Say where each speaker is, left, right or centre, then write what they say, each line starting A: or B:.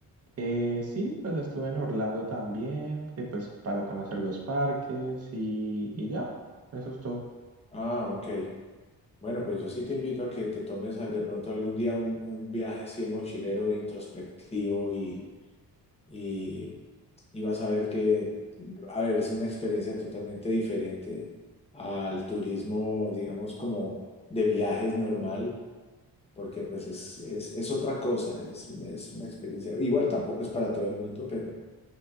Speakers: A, on the right; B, on the left.
A: Eh, sí, pues estuve en Orlando también, que pues para conocer los parques y, y ya, eso es todo.
B: Ah, ok. Bueno, pues yo sí te invito a que te tomes a- de pronto algún día un, un viaje así de mochilero introspectivo y, y, y vas a ver que, a ver, es una experiencia totalmente diferente al turismo, digamos, como de viajes normal, porque pues es, es, es otra cosa, es, un- es una experiencia, igual tampoco es para todo el mundo, pero,